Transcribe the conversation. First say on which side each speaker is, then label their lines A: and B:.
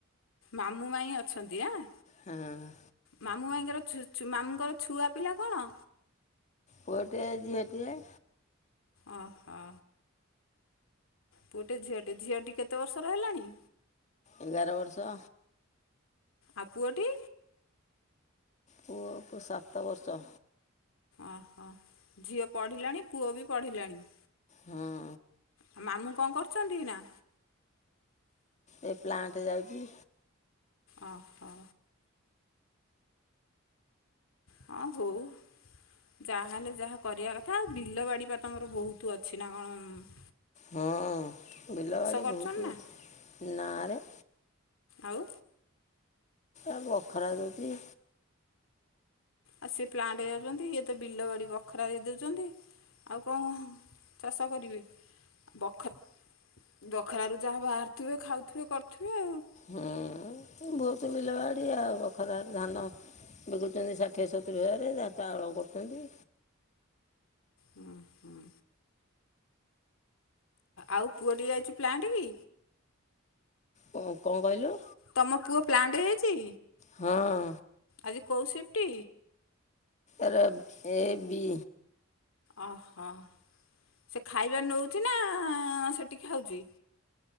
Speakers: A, on the left; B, on the left.
A: ମାମୁଁ ମାଇଁ ଅଛନ୍ତି ଆଁ?
B: ହଁ।
A: ମାମୁଁ ମାଇଁଙ୍କର ଛୁ ଛୁ ମାମୁଁଙ୍କର ଛୁଆ ପିଲା କଣ?
B: ପୁଅଟିଏ ଝିଅଟିଏ।
A: ଓହୋଃ। ପୁଅଟେ ଝିଅଟେ। ଝିଅଟି କେତେ ବର୍ଷର ହେଲାଣି?
B: ଏଗାର ବର୍ଷ।
A: ଆଉ ପୁଅଟି?
B: ପୁଅକୁ ସାତ ବର୍ଷ।
A: ଓହୋଃ, ଝିଅ ପଢ଼ିଲାଣି ପୁଅ ବି ପଢ଼ିଲାଣି?
B: ହୁଁ।
A: ଆଉ ମାମୁଁ କଣ କରୁଚନ୍ତି ଏଇନା?
B: ଏଇ ପ୍ଲାଣ୍ଟ ଯାଉଛି।
A: ଓହୋଃ। ହଁ ହଉ। ଯାହା ହେଲେ ଯାହା କରିବା କଥା ଆଉ ବିଲ ବାଡ଼ିି ପା ତମର ବହୁତ ଅଛି ନା କଣ? ଉଁ-ଉଁ
B: ହୁଁ, ବିଲବାଡ଼ି
A: କରୁଛନ୍ତି
B: ବହୁତ
A: ନା
B: ଅଛି ନାଆଁରେ?
A: ଆଉ?
B: ଏ ବଖରା ଦୁଇଟି
A: ଆଉ ସେ ପ୍ଲାଣ୍ଟ ଯାଉଛନ୍ତି ଇଏ ତ ବିଲ ବାଡି ବଖରା ଦେଇ ଦେଉଛନ୍ତି। ଆଉ କଣ ଚାଷ କରିବେ ବଖ ଦଖରାରୁୁ ଯାହା ବାହାରୁଥିବେ, ଖାଉଥିବେ, କରୁଥିବେ ଆଉ
B: ହୁଁ-ଉଁ-ଉଁ ବହୁତ ବିଲ ବାଡି, ଆଉ ବଖରାରେ ଧାନ ବିକୁଛନ୍ତି ଷାଠିଏ ସତୁରି ହଜାରେ ଯାହା ଚାଉଳ କରୁଛନ୍ତି।
A: ହୁଁ -ହୁଁ। ଆଉ ପୁଅଟିି ଯାଇଛି ପ୍ଲାଣ୍ଟ କି?
B: କଣ କଣ କହିଲୁ?
A: ତମ ପୁଅ ପ୍ଲାଣ୍ଟ ଯାଇଛି?
B: ହଁ।
A: ଆଜି କୋଉ ସିଫ୍ଟ?
B: ଆର ଏ ବି।
A: ଓହୋ ସେ ଖାଇବା ନଉଛି ନା ସେଠି ଖାଉଛି?